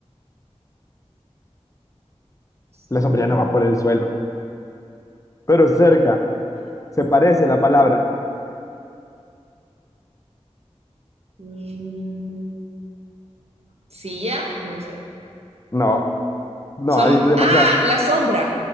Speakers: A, on the right; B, on the left.
A: Sí.
B: La sombrilla no va por el suelo, pero cerca. Se parece la palabra.
A: Mm, silla, no sé.
B: No, no,
A: Som-
B: hay demasiado.
A: ah, la sombra.